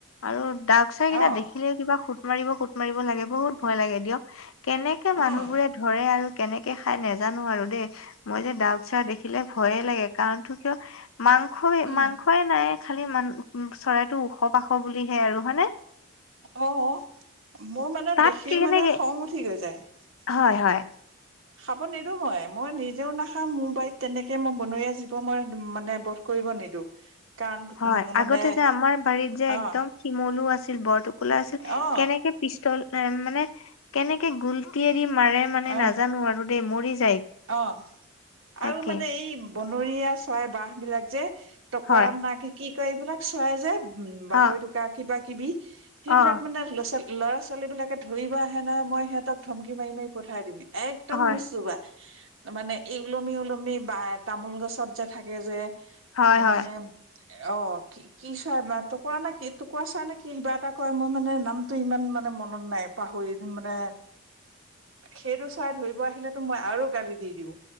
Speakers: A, on the left (about 85°); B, on the right (about 75°).
A: আৰু <unintelligible> দাক চাইকেইটা
B: অ
A: দেখিলে কিবা সুত মাৰিব সুত মাৰিব লাগে বহুত ভয় লাগে দিয়ক। <unintelligible> কেনেকে মানুহবোৰে
B: উম
A: ধৰে আৰু কেনেকে খাই নাজানো আৰু দেই, মই যে ডাউক চৰাই দেখিলে ভয়ে লাগে কাৰণটো কিয়, <unintelligible> মাংস
B: উম
A: মাংসই নাই খালি মান চৰাইটো ওখ পাখ বুলিহে আৰু হয়নে। <unintelligible>
B: অ, মোৰ মানে
A: তাত
B: দেখি
A: কেনেকে
B: মানে খং উঠি গৈ যায় <unintelligible>
A: হয় হয়
B: খাব নিদো মই। মই নিজেও নাখাম, মোৰ বাৰীত তেনেকে মই বনৰীয়া জীৱ মই মানে বধ কৰিব নিদো। <unintelligible> কাৰণ
A: হয়
B: মানে
A: আগতে যে আমাৰ বাৰীত যে
B: অ
A: একদম শিমলু আছিল, বৰটোকোলা আছিল,
B: অ
A: কেনেকে পিষ্টল মানে কেনেকে গুলটি এৰি মাৰে মানে
B: অ
A: নাজানো আৰু দেই মৰি <unintelligible>
B: অ
A: তাকে
B: আৰু মানে এই বনৰীয়া চৰাই বাঁহ বিলাক যে
A: হয়
B: কৰাম না কি কয় এইবিলাক চৰাই যে। উম বাহৰি
A: অ
B: টোকা কিবা কিবি সেইবিলাক
A: অ
B: মানে ল'ৰা ছোৱালী ল'ৰা ছোৱালী বিলাকে ধৰিব আহে নহয় মই সিহঁতক ধমকি মাৰি মাৰি পঠাই দিম। একদম
A: হয়
B: নুচুবা। মানে ই ওলমি ওলমি বা তামোল গছত যে থাকে যে,
A: হয়
B: এই
A: হয়
B: মানে অ, কি কি চৰাই বাস, টুকুৰা নে কি টুকুৰা চাই নে কি কিবা এটা কয় মই মানে নামটো ইমান মানে মন ত নাই পাহৰি মানে সেইটো চাই ধৰিব আহিলেতো মই আৰু গালি দি দিওঁ।